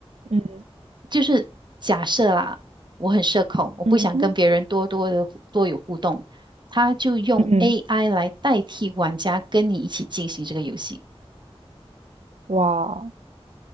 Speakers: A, on the right; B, on the right.
A: 嗯
B: 就是假设啊，我很社恐，我不想跟别人多多的多有互动，
A: 嗯嗯，
B: 它就用
A: 嗯，
B: AI 来代替玩家跟你一起进行这个游戏。
A: 哇。